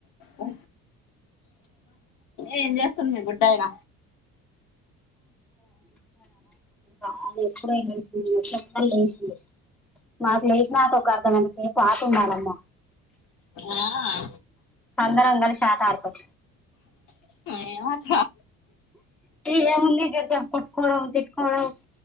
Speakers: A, on the left; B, in the centre.
A: ఓ ఏం చేస్తుంది మీ బుట్టయన
B: అ ఎప్పుడ లేసిక్క లేచంది మాకు లేచినక ఒక అర్ధం కంతసేపు ఆటంలమ్మ
A: ఆ
B: అందరం కలిసి ఆట ఆడుతాం
A: ఏ మాట
B: ఏముంది దుర్గా కోట్కోడం తిట్కోడం